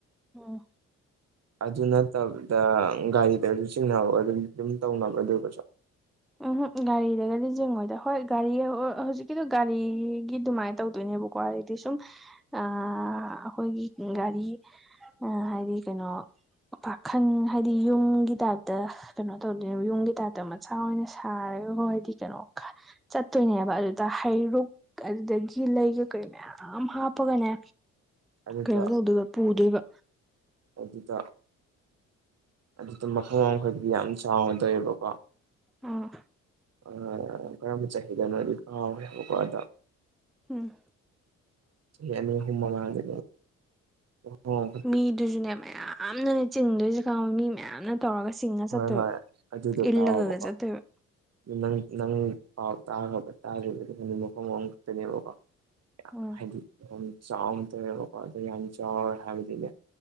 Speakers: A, in the centre; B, on the right.
A: ꯑꯣ
B: ꯑꯗꯨ ꯅꯠꯇꯕꯗ ꯒꯥꯔꯤꯗꯁꯨ ꯆꯤꯡꯅꯕ ꯑꯗꯨ ꯑꯗꯨꯝ ꯇꯧꯅꯕ ꯑꯗꯨꯕꯁꯨ
A: ꯎꯝꯍꯨꯛ ꯒꯥꯔꯤꯗꯒꯗꯤ ꯆꯤꯡꯉꯣꯏꯗ ꯍꯣꯏ ꯒꯥꯔꯤ ꯍꯧꯖꯤꯛꯀꯤꯗꯣ ꯒꯥꯔꯤꯒꯤ ꯑꯗꯨꯃꯥꯏ ꯇꯧꯗꯣꯏꯅꯦꯕ ꯋꯥꯏꯗꯤ ꯁꯨꯝ ꯑ ꯑꯩꯈꯣꯏꯒꯤ ꯒꯥꯔꯤ ꯑ ꯍꯥꯏꯗꯤ ꯀꯩꯅꯣ ꯄꯥꯈꯟ ꯍꯥꯏꯗꯤ ꯌꯨꯝꯒꯤ ꯇꯥꯏꯞꯇ ꯀꯩꯅꯣ ꯇꯧꯗꯣꯏꯅ ꯌꯨꯝꯒꯤ ꯇꯥꯏꯞꯇ ꯃꯆꯥ ꯑꯣꯏꯅ ꯁꯥꯔꯒꯀꯣ ꯍꯥꯏꯗꯤ ꯀꯩꯅꯣ ꯆꯠꯇꯣꯏꯅꯦꯕ ꯑꯗꯨꯗ ꯍꯩꯔꯨꯛ ꯑꯗꯨꯗꯒꯤ ꯂꯩ ꯀꯩꯀꯩ ꯃꯌꯥꯝ ꯍꯥꯞꯄꯒꯅꯦ
B: ꯑꯗꯨꯗ
A: ꯀꯩꯅꯣ ꯇꯧꯗꯣꯏꯕ ꯄꯨꯗꯣꯏꯕ
B: ꯑꯗꯨꯗ ꯑꯗꯨꯗ ꯃꯐꯝ ꯑꯃꯈꯗꯤ ꯌꯥꯝ ꯆꯥꯎꯅꯇꯧꯋꯦꯕꯀꯣ
A: ꯑꯥ
B: ꯑ ꯀꯔꯝꯕ ꯆꯍꯤꯗꯅꯣꯗꯤ ꯀꯥꯎꯔ‌ꯦꯕꯀꯣ ꯑꯗ
A: ꯎꯝ
B: ꯑ ꯍꯨꯃ ꯃꯒ <unintelligible>
A: ꯃꯤꯗꯨꯁꯨꯅꯦ ꯃꯌꯥꯝꯅꯅꯦ ꯆꯤꯡꯗꯨꯁꯨ ꯈꯪꯉꯤ ꯃꯤ ꯃꯌꯥꯝꯅ ꯇꯧꯔꯒ ꯆꯤꯡꯉ
B: ꯍꯣꯏ
A: ꯆꯠꯇ‌ꯣꯏꯕ
B: ꯍꯣꯏ ꯑꯗꯨꯗꯣ
A: ꯏꯜꯂꯒꯒ
B: ꯇꯥꯎꯑꯣꯕꯀꯣ
A: ꯆꯠꯇ‌ꯣꯏꯕ
B: ꯅꯪ ꯅꯪ ꯄꯥꯎ ꯇꯥꯈ꯭ꯔꯕ ꯇꯥꯔꯤꯕꯗ ꯃꯐꯝ ꯃꯐꯝ ꯈꯛꯇꯅꯦꯕꯀꯣ
A: ꯎꯝ
B: ꯍꯥꯏꯗꯤ ꯌꯥꯝ ꯆꯥꯎꯅ ꯇꯧꯋꯦꯕꯀꯣ ꯑꯗ ꯌꯥꯝ ꯆꯥꯎꯔꯦ ꯍꯥꯏꯕꯗꯤꯅꯦ